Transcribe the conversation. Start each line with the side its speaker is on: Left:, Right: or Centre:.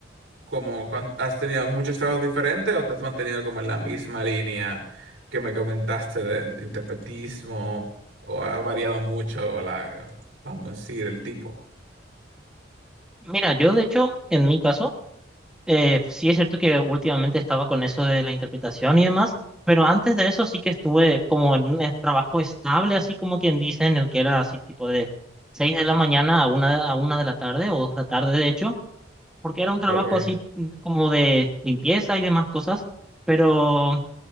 Right: como cuan- has tenido muchos trabajos diferentes o te has mantenido como en la misma línea que me comentaste de interpretismo o has variado mucho la, vamos a decir, el tipo?
Centre: Mira, yo de hecho, en mi caso, eh, sí es cierto que últimamente estaba con eso de la interpretación y demás, pero antes de eso sí que estuve como en un eh, trabajo estable, así como quien dice, en el que era así tipo de 6 de la mañana a una, a una de la tarde o dos de la tarde, de hecho, porque era un trabajo
Right: Ok,
Centre: así mm, como de limpieza y demás cosas, pero